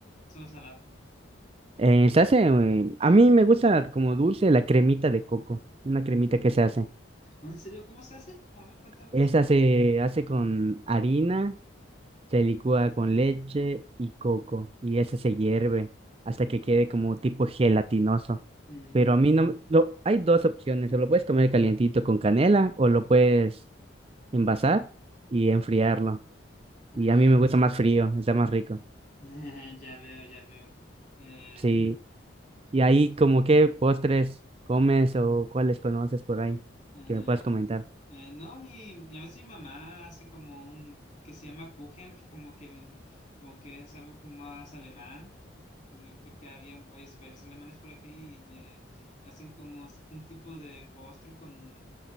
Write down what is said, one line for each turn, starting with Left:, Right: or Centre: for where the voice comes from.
Left: solo salado?
Right: eh, se hace, eh, a mí me gusta como dulce la cremita de coco, una cremita que
Left: Mm.
Right: se hace.
Left: ¿En serio cómo se hace? A ver, cuéntame
Right: Esa
Left: más.
Right: se hace con harina Se licúa con leche y coco y ese se hierve hasta que quede como tipo gelatinoso.
Left: Mm,
Right: Pero a mí no me- lo, hay dos opciones, o lo puedes comer calientito con canela o lo puedes envasar y enfriarlo.
Left: ah,
Right: Y a mí me gusta más frío, está más rico.
Left: <laughs> ya veo, ya veo. Eh,
Right: Sí. Y ahí como qué postres comes o cuáles conoces por ahí
Left: Eh,
Right: que me puedas comentar.
Left: eh, no, mi, a veces mi mamá hace como un que se llama Kuchen, que como que ven, como que es algo como más alemán, eh, porque había varios países alemanes por aquí y eh, hacen como es un tipo de postre con